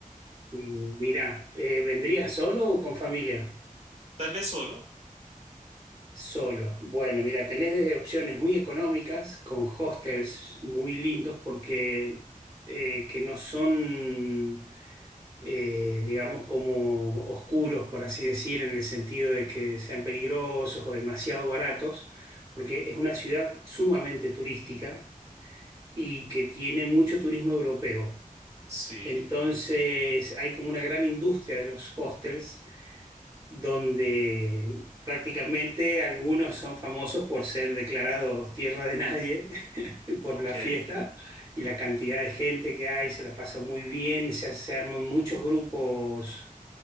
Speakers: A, on the right (about 20°); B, on the right (about 45°).
A: Mm, Mirá, eh, ¿vendrías solo o con familia?
B: Tal vez solo.
A: Solo. Bueno, mira, tenés desde opciones muy económicas, con hostels muy lindos porque eh, que no son, eh, digamos, como oscuros, por así decir, en el sentido de que sean peligrosos o demasiado baratos, porque es una ciudad sumamente turística y que tiene mucho turismo europeo.
B: Sí,
A: Entonces hay como una gran industria de los hostels donde prácticamente algunos son famosos por ser declarados tierra de nadie <laughs> por
B: ok,
A: la fiesta y la cantidad de gente que hay, se la pasa muy bien, se, se arman muchos grupos